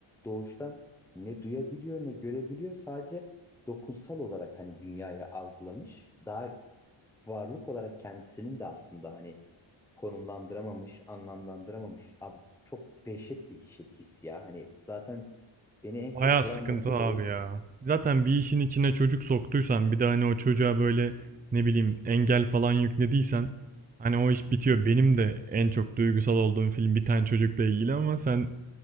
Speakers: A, in the centre; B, on the right (about 20°).
A: doğuştan ne duyabiliyor ne görebiliyor. Sadece dokunsal olarak hani dünyayı algılamış. Daha varlık olarak kendisinin de aslında hani konumlandıramamış, anlamlandıramamış. Abi çok dehşet bir şey his ya. Hani zaten beni en çok
B: Bayağı
A: vuran
B: sıkıntı
A: nokta
B: abi
A: da oydu.
B: ya. Zaten bir işin içine çocuk soktuysan bir de hani o çocuğa böyle ne bileyim engel falan yüklediysen hani o iş bitiyor.
A: Hı hı.
B: Benim de en çok duygusal olduğum film bir tane çocukla ilgili ama sen